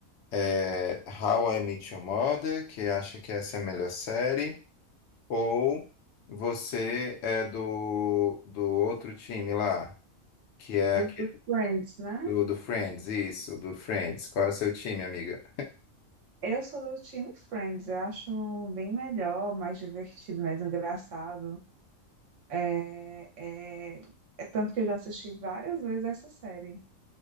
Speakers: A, on the left; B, on the right.
A: é, How I Met Your Mother, que acha que essa é a melhor série? Ou você é do, do outro time lá, que é
B: Dos
A: aquele
B: do Friends, né?
A: do, do Friends, isso, do Friends. Qual é o seu time, amiga?
B: Eu sou do time Friends, eu acho bem melhor, mais divertido, mais engraçado. É, é, é tanto que eu já assisti várias vezes essa série.